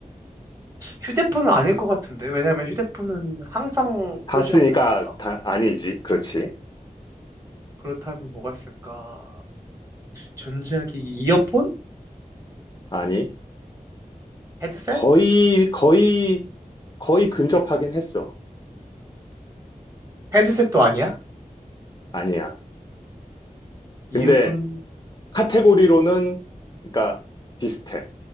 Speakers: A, on the right (about 20°); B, on the left (about 30°).
A: 휴대폰은 아닐 것 같은데. 왜냐면 휴대폰은 항상
B: 봤으니까
A: 소지하고 다니니까.
B: 다 아니지. 그렇지.
A: 그렇다면 뭐가 있을까? 전자기기, 이어폰?
B: 아니.
A: 헤드셋?
B: 거의, 거의, 거의 근접하긴 했어.
A: 헤드셋도 아니야?
B: 아니야. 근데
A: 이어폰,
B: 카테고리로는, 그러니까 비슷해.